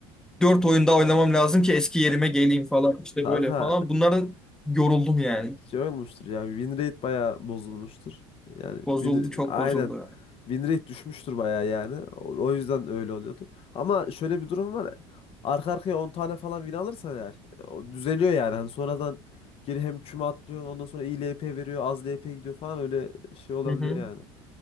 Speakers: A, in the centre; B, on the left (about 45°).
A: Dört oyunda oynamam lazım ki eski yerime geleyim falan işte
B: Kanka
A: böyle falan. Bunlara yoruldum yani.
B: şey olmuştur yani win rate bayağı bozulmuştur. Yani win,
A: Bozuldu çok
B: aynen
A: bozuldu yani.
B: win rate düşmüştür bayağı yani. O, o yüzden öyle oluyordur. Ama şöyle bir durum var. Arka arkaya 10 tane falan win alırsan eğer e, o düzeliyor yani. Hani sonradan geri hem küme atlıyorsun ondan sonra iyi LP veriyor az LP gidiyor falan öyle şey olabiliyor
A: Hı hı.
B: yani.